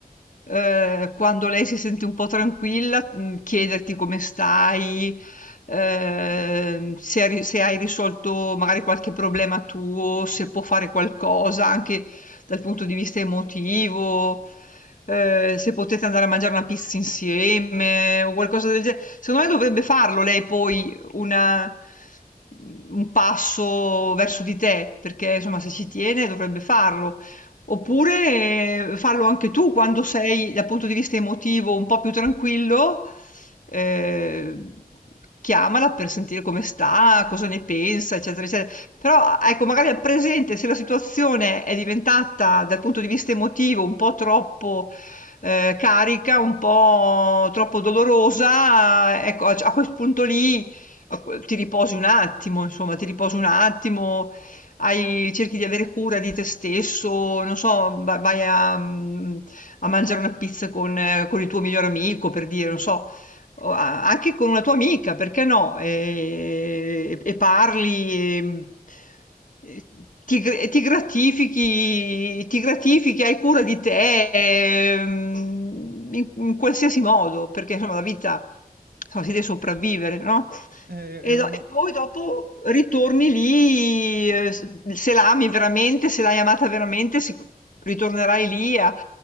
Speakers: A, on the left; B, on the right.
A: Ehm, quando lei si sente un po' tranquilla, mhmm, chiederti come stai, ehm, se hai ri se hai risolto magari qualche problema tuo, se può fare qualcosa anche dal punto di vista emotivo, ehm, se potete andare a mangiare una pizza insieme o qualcosa del ge secondo me dovrebbe farlo lei poi una mhmm, un passo verso di te, perché insomma se ci tiene dovrebbe farlo. Oppure eh, fallo anche tu quando sei dal punto di vista emotivo un po' più tranquillo, eh, chiamala per sentire come sta, cosa ne pensa, eccetera, eccetera. Però ecco, magari al presente, se la situazione è diventata dal punto di vista emotivo un po' troppo eh, carica, un po' troppo dolorosa, ecco, a, a quel punto lì a que- ti riposi un attimo, insomma, ti riposi un attimo hai cerchi di avere cura di te stesso, non so, va- vai a, mm, a mangiare una pizza con, eh, con il tuo migliore amico, per dire, non so, o a- anche con una tua amica, perché no? E, e parli, e- e ti, gr- ti gratifichi, ti gratifichi, hai cura di te, ehm, in, in qualsiasi modo, perché insomma la vita, insomma, si deve sopravvivere, no?
B: È,
A: E,
B: è uno...
A: do- e poi dopo ritorni lì, eh, se se l'ami veramente, se l'hai amata veramente, sic- ritornerai lì a,